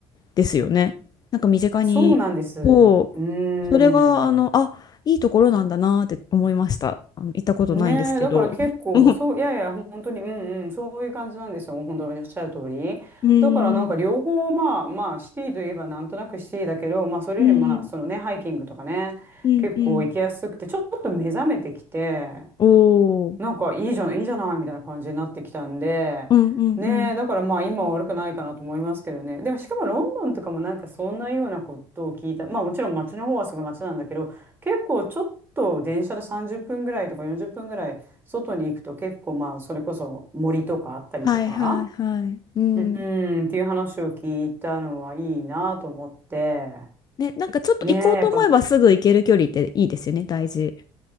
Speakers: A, on the left; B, on the right.
A: ですよね。なんか身近に、
B: そうなんです。
A: そう、
B: うん。
A: それが、あの、あ、いいところなんだなって思いました。あの、行ったことないんですけど。
B: ねえ、だから結構、
A: <laughs>
B: そう、いやいや、本当に、うんうん、そういう感じなんですよ。本当におっしゃる通り。
A: うん、
B: だからなんか両方、まあまあ、シティといえばなんとなくシティだけど、まあそれよりもまあ、
A: うん、
B: そのね、ハイキングとかね、
A: うん、
B: 結構行きやすくて、
A: うん。
B: ちょっと目覚めてきて、
A: おー、
B: なんかいいじゃない、いいじゃないみたいな感じになってきたんで、
A: うん、うん、
B: ねえ、
A: うん。
B: だからまあ今は悪くないかなと思いますけどね。でもしかもロンドンとかもなんかそんなようなことを聞いた。まあもちろん街の方はすごい街なんだけど、結構ちょっと電車で30分ぐらいとか40分ぐらい外に行くと結構まあそれこそ森とかあったりとか、
A: はいはいはい。うん。
B: うん、っていう話を聞いたのはいいなと思って、
A: ね、なんかちょっと行こうと思えばすぐ行ける距離っていいですよね、
B: ねえ、やっぱ
A: 大事。